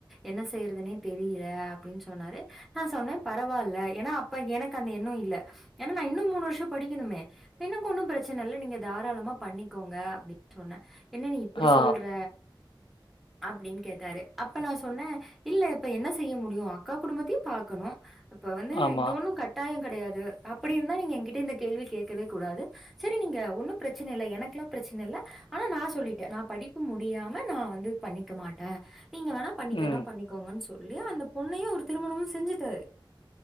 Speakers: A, in the centre; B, on the left.
A: என்ன செய்யறதுனே தெரியல அப்படின்னு சொன்னாரு நான் சொன்னேன் பரவாயில்ல ஏன்னா அப்ப எனக்கு அந்த எண்ணம் இல்ல ஏன்னா நான் இன்னும் மூணு வருஷம் படிக்கணுமே எனக்கு ஒன்னும் பிரச்சனை இல்ல நீங்க தாராளமா பண்ணிக்கோங்க அப்படின் சொன்னேன் என்ன நீ இப்படி
B: ஆ.
A: சொல்ற அப்டின்னு கேட்டாரு அப்ப நான் சொன்னேன் இல்ல இப்ப என்ன செய்ய முடியும் அக்கா குடும்பத்தையும் பாக்கணும் இப்ப வந்து
B: ஆமா.
A: இது ஒண்ணும் கட்டாயம் கிடையாது அப் அப்படி இருந்தா நீங்க என்கிட்ட இந்த கேள்வி கேட் இருக்கவே கூடாது சரி நீங்க ஒன்னும் பிரச்சனை இல் எனக்கல்லாம் பிரச்சனை இல் ஆனா நான் சொல்லிட்டேன் நான் படிப்பு முடியாம நான் வந்து பண்ணிக்க மாட்டேன் நீங்க வேணா பண்ணிக்கனா
B: ம்.
A: பண்ணிக்கோங்கு சொ சொல்லி அந்த பொண்ணையும் அவரு திருமணமும் செஞ்சுட்டாரு